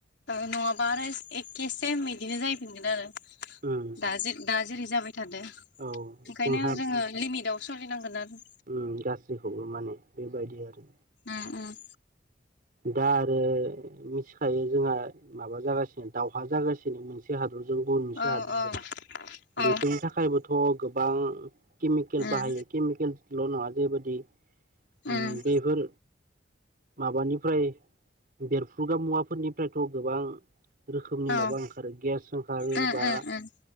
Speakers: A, on the left; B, on the right.
A: दालाय नङाबा आरो एखे सेम बिदिनो जायैफिनगोन आरो
B: उम
A: दा दा जेरै जाबाय थादों ओंखायनो
B: औ जोंहा
A: जोङो लिमिटाव सोलिनांगोन आरो
B: उम गासैखौबो माने बेबायदि आरो
A: ओम ओम
B: दा आरो मिथिखायो जोंहा माबा जागासिनो दावहा जागासिनो मोनसे हाद <unintelligible> जों गुबुन मोनसे
A: औ
B: हादरजों
A: औ
B: बेफोरनि
A: औ
B: थाखायबोथ गोबां केमिकेल
A: उम
B: बाहायो केमिकेलल नङा जेबायदि ओम
A: उम
B: बेफोर माबानिफ्राय बेरफ्रुग्रा मुवाफोरनिफ्रायथ गोबां रोखोमनि
A: औ
B: माबा ओंखारो गेस ओंखारो
A: उम
B: बा
A: उम उम